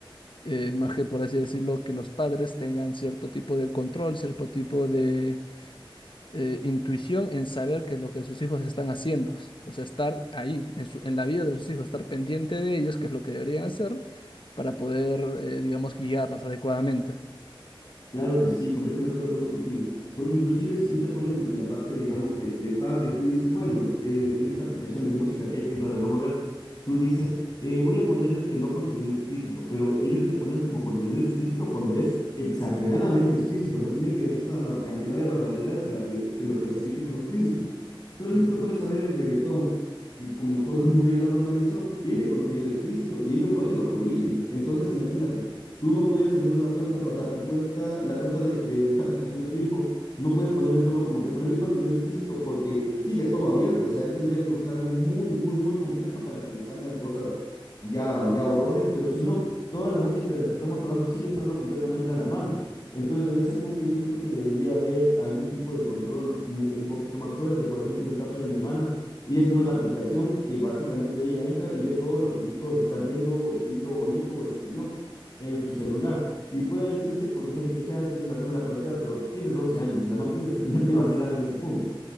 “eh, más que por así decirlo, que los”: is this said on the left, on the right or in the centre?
Left